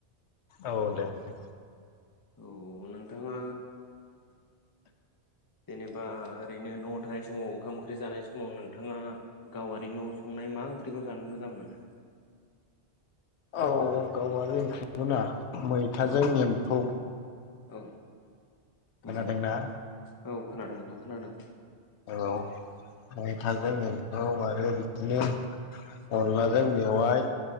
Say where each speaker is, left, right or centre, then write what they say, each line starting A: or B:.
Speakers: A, on the left; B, on the left.
A: औ दे दे।
B: औ नोंथाङा जेनेबा ओरैनो न'आव थानाय समाव ओंखाम ओंख्रि जानाय समाव नोंथाङा गावारि न' संनाय मा ओंख्रिखौ जानो मोजां मोनो?
A: औ गावआरि ओंख्रिखौना? मैथाजों
B: औ
A: एम्फौ।
B: औ। मोजां
A: खोनादोंना?
B: औ खोनादों नोंथां खोनादों।
A: औ। मैथाजों एम औ आरो बिदिनो अनलाजों मेवाय